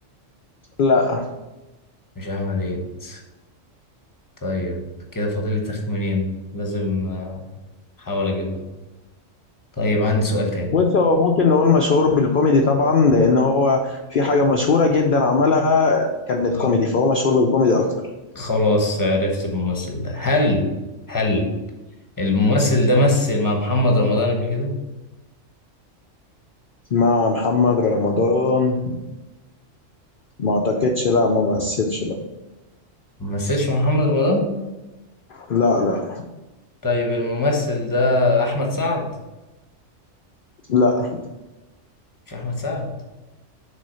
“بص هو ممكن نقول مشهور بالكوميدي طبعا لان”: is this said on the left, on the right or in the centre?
Left